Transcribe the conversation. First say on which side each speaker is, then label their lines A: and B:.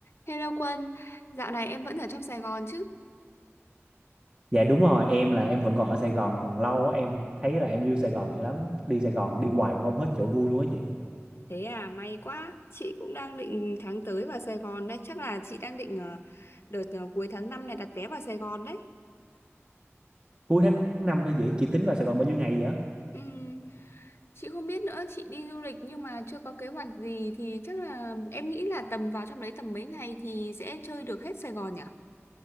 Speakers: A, on the left (about 55°); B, on the right (about 20°).
A: Hello Quân, dạo này em vẫn ở trong Sài Gòn chứ?
B: Dạ đúng rồi, em là em vẫn còn ở Sài Gòn còn lâu á, em thấy là em yêu Sài Gòn dữ lắm. Đi Sài Gòn đi hoài cũng không hết chỗ vui luôn á chị.
A: Thế à, may quá. Chị cũng đang định tháng tới vào Sài Gòn đây. Chắc là chị đang định ờ, đợt ờ, cuối tháng 5 này đặt vé vào Sài Gòn đấy.
B: Cuối tháng 5 hả chị? Chị tính vào Sài Gòn bao nhiêu ngày vậy?
A: Ừm, chị không biết nữa, chị đi du lịch nhưng mà chưa có kế hoạch gì thì chắc là em nghĩ là tầm vào trong đấy tầm mấy ngày thì sẽ chơi được hết Sài Gòn nhỉ?